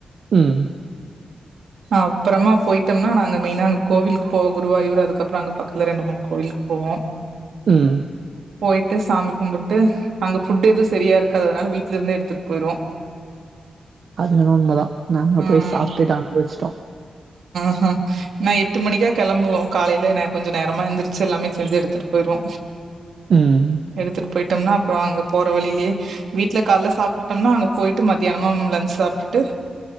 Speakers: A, on the right; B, on the right.
A: ம்
B: அப்புறமா அ போயிட்டோம்னா நாங்க மெயினா நாங்க கோவில்க்கு போவோ குருவாயூர் அதுக்கப்புறோ அங்க பக்கத்துல ரெண்டு மூண கோிலுக்கு போவோ
A: ம்
B: போயிட்டு சாமி கும்பிட்டு அங்க ஃபுட் எதுவு சரியா இருக்காது அதனால வீட்டுல இருந்தே எடுத்துட்டு போயிருவோ
A: அது எனமோ உண்மதா நாங்க
B: ம்
A: போய் சாப்பிட்டுட்டு அனுபவிச்சிட்டோ
B: ஆ நா எட்டு மணிக்கா கிளம்புவோ காலையில ந கொஞ்சம் நேரமா எந்திருச்சு எல்லாமே செஞ்சு எடுத்துட்டு போயிருவோ
A: ம்.
B: எடுத்துட்டு போயிட்டோம்னா அப்புறோ அங்க போற வழிலயே வீட்டுல கால சாப் சாப்டோம்னா அங்க போயிட்டு மதியானமா லஞ்சு சாப்பிட்டுட்டு